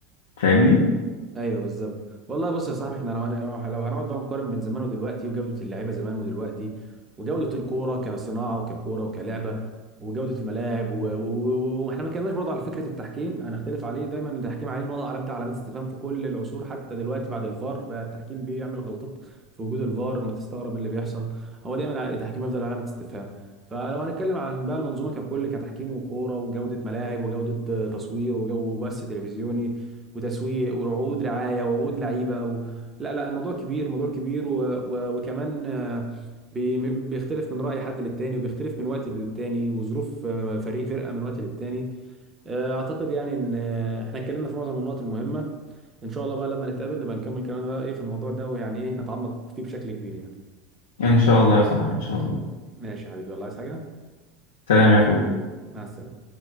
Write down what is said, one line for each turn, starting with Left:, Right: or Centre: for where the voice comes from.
Left: فاهمني؟
Right: ايوه بالظبط والله بص يا صاحبي احنا لو هن... لو هنقعد بقى نقارن بين زمان ودلوقتي وجوده اللعيبه زمان ودلوقتي وجوده الكوره كصناعه وككوره وكلعبه وجوده الملاعب و... و... و- واحنا ما كناش برضه على فكره التحكيم هنختلف عليه دايما التحكيم عليه نقطه علامه علامات استفهام في كل العصور حتى دلوقتي بعد الفار بقى التحكيم بيعمل غلطات في وجود الفار ما تستغرب إيه اللي بيحصل هو دايما التحكيم يفضل علامه استفهام فلو هنتكلم عن بقى المنظومه ككل كتحكيم وكوره وجوده ملاعب وجوده آه، تصوير وجو بث تلفزيوني وتسويق وعقود رعايه وعقود لعيبه و... لا لا الموضوع كبير موضوع كبير و... و... وكمان آه، بي... بيختلف من راي حد للتاني وبيختلف من وقت للتاني وظروف آه، فريق فرقه من وقت للتاني آه، اعتقد يعني ان آه، احنا اتكلمنا في معظم النقط المهمه ان شاء الله بقى لما نتقابل نبقى نكمل كلامنا بقى ايه في الموضوع ده ويعني ايه نتعمق فيه بشكل كبير يعني
Left: إن شاء الله يا صاحبي إن شاء الله
Right: ماشي يا حبيبي الله عايز حاجه
Left: سلام يا أخوي
Right: مع السلامه